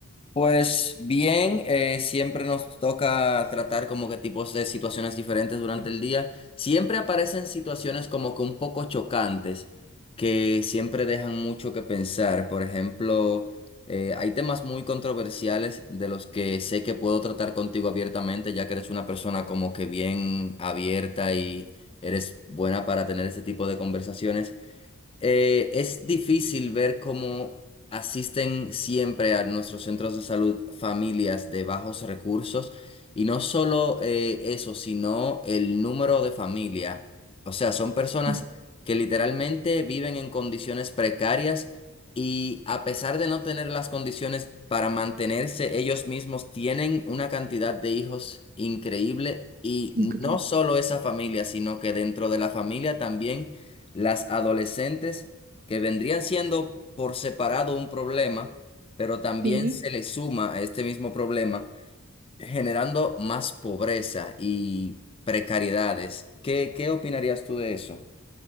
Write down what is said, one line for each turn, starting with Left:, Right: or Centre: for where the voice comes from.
Left: Pues bien, eh, siempre nos toca tratar como que tipos de situaciones diferentes durante el día. Siempre aparecen situaciones como que un poco chocantes, que siempre dejan mucho que pensar. Por ejemplo, eh, hay temas muy controversiales de los que sé que puedo tratar contigo abiertamente, ya que eres una persona como que bien abierta y eres buena para tener ese tipo de conversaciones. Eh, es difícil ver cómo asisten siempre a nuestros centros de salud familias de bajos recursos y no solo eh, eso, sino el número de familia. O sea, son personas
Right: Sí,
Left: que literalmente viven en condiciones precarias y a pesar de no tener las condiciones para mantenerse ellos mismos, tienen una cantidad de hijos increíble y
Right: increíble.
Left: no solo esa familia, sino que dentro de la familia también las adolescentes que vendrían siendo por separado un problema, pero también
Right: Sí.
Left: se le suma a este mismo problema, generando más pobreza y precariedades. ¿Qué, qué opinarías tú de eso?